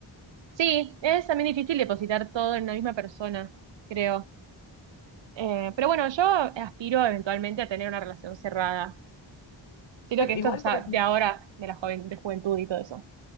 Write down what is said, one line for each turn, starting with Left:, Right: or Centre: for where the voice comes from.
Right: sí, es también difícil depositar todo en una misma persona, creo. Eh, pero bueno, yo aspiro eventualmente a tener una relación cerrada. Siento
Left: claro,
Right: que esto
Left: igual,
Right: es
Left: por
Right: a-
Left: ejemplo,
Right: de ahora, de la joven, de juventud y todo eso.